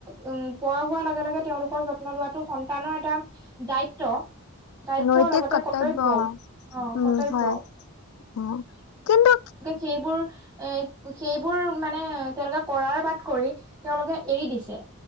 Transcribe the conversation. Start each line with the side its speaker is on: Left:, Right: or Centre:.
Right: উম, বয়স হোৱাৰ লগে লগে তেওঁলোকৰ যত্ন লোৱাটো সন্তানৰ এটা দায়িত্ব। দায়িত্বৰ
Left: নৈতিক
Right: লগতে
Left: কৰ্তব্য
Right: কৰ্তব্যও অ',
Left: উম
Right: কৰ্তব্য।
Left: হয় অ', কিন্তু
Right: সেইবোৰ এ সেইবোৰ মানে তেওঁলোকে কৰাৰ বাট কৰি তেওঁলোকে এৰি দিছে।